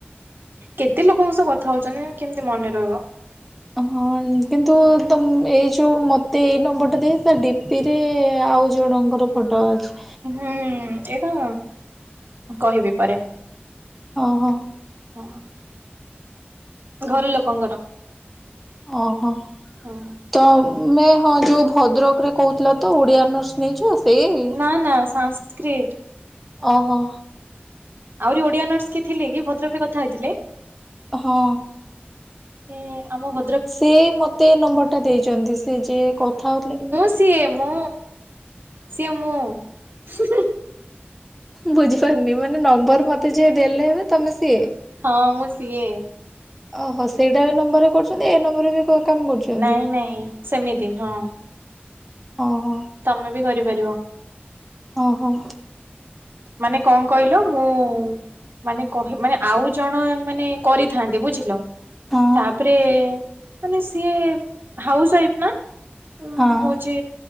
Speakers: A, on the right (about 60°); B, in the centre.
A: କେତେ ଲୋକଙ୍କ ସହ କଥା ହଉଛନ୍ତି କେମିତି ମନେ ରହିବ।
B: ହଁ କିନ୍ତୁ ତମ ଏଇ ଯୋଉ ମୋତେ ଏଇ ନମ୍ବରଟା ଦିଆ ହେଇଥିଲା ଡିପିରେ ଆଉ ଜଣଙ୍କର ଫଟୋ ଅଛି।
A: ହୁଁ ଏଇଟା କହିବି ପରେ।
B: ହଁ
A: ହଁ ଘର ଲୋକଙ୍କର
B: ଓହୋ
A: ହଁ
B: ତମେ ହଁ ଯୋଉ ଭଦ୍ରକରେ କହୁଥିଲା ତ ଓଡିଆ ଅନର୍ସ ନେଇଛ ସେଇ
A: ନା ନା ସାଁ କ୍ରୀଟ
B: ଓହୋ
A: ଆହୁରି ଓଡିଆ ଅନର୍ସ କିଏ ଥିଲେ କି ଭଦ୍ରକ ରେ କଥା ହେଇଥିଲେ
B: ହଁ
A: ହୁଁ ଆମ ଭ
B: ସେ ମତେ ଏ ନମ୍ବର ଟା ଦେଇଛନ୍ତି ସେ ଯିଏ କଥା ହଉଥିଲେ କି
A: ସେ ମୁ ସେ ମୁ ହୁଁ ହୁଁ ହୁଁ
B: ବୁଝିପାରୁନି ମାନେ ନମ୍ବର ମତେ ଯିଏ ଦେଲେ ଏବେ ତମେ ସିଏ
A: ହଁ ମୁଁ ସିଏ
B: ଓହୋ ସେଇଟା ଏ ନମ୍ବରେ କରୁଛନ୍ତି ଏ ନମ୍ବରରେ ବି ହ କାମ କରୁଛନ୍ତି
A: ନାଇଁ ନାଇଁ ସେମିତି ହଁ
B: ହଁ
A: ତମେ ବି କରିପାରିବ
B: ଓହୋ
A: ମାନେ କଣ କହିଲ ମୁଁ ମାନେ କହି ମାନେ ଆଉ ଜଣ ମାନେ କରିଥାନ୍ତିେ ବୁଝିଲ
B: ହଁ
A: ତାପରେ ମାନେ ସିଏ ହାଉସ ୱାଇଫ୍ ନା? ଉ
B: ହଁ
A: ହୋଉଚି